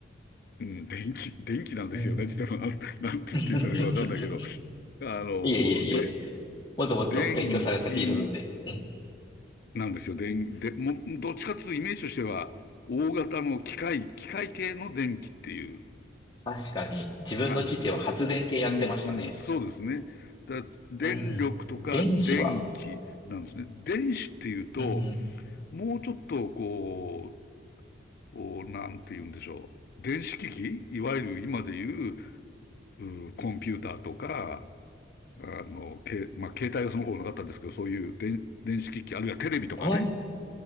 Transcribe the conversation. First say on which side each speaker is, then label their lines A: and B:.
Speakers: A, on the left; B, on the left.
A: うん、電気、電気なんですよねって言っても、
B: うん。うんうん。
A: なんて言っていうのかわかんないけど、
B: <laughs>
A: あの、
B: いえいえいえ。
A: で、
B: もっともっと勉強されたフィールドで。
A: 電気
B: うん。
A: なんですよ。電、で、も、どっちかっていうとイメージとしては、大型の機械、機械系の電気っていう
B: 確かに、自分の父は発電系やってましたね。
A: 感じ。うんうん、そうですね。だ、電力とか電気なんですね。
B: うんうん。電子は、
A: 電子っていうと、
B: うん
A: もうちょっとこう、おなんて言うんでしょう。電子機器いわゆる今で言う、うーコンピューターとか、あの、け、まあ、携帯はその頃なかったんですけど、そういう電、電子機器、あるいはテレビとかね。
B: うん。え